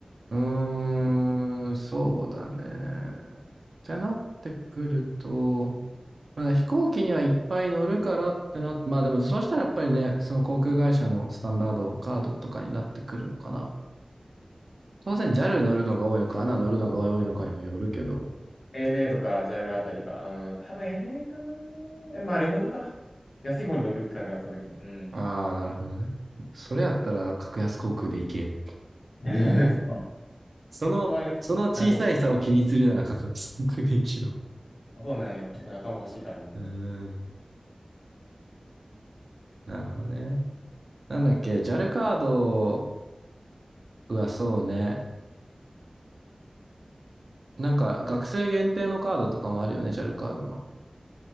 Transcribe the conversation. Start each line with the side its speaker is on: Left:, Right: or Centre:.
Right: うーん、そうだね。ってなってくると、まあ、飛行機にはいっぱい乗るからってなってまあでもそうしたらやっぱりね、その航空会社のスタンダード、カードとかになってくるのかな。当然 JAL 乗るのが多いのか、a n 乗るのが多いのかにもよるけど。
Left: ANA とか JAL あたりが、うん、多分 n a かな。え、まあ、両方乗るか。安い方に乗るって感じかな、その時に。うん。
Right: ああ、なるほどね。それやったら格安航空で行けよ。
Left: <laughs> そう
Right: その、
Left: そこはね、
Right: その小さい差を気にするなら格安航空で行けよ。
Left: なんとも、そうなんよ。ちょっとね頭おかしいからな。
Right: <laughs> うーん、なるほどね。なんだっけ、JAL カードはそうね。なんか学生限定のカードとかもあるよね、JAL カードの。